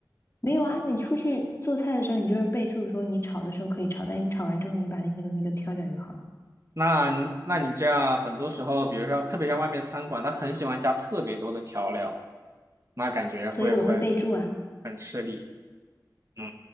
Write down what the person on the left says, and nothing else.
没有啊，你出去做菜的时候，你就是备注说你炒的时候可以炒，但你炒完之后，你把那些东西都挑掉就好了。
所以我会备注啊，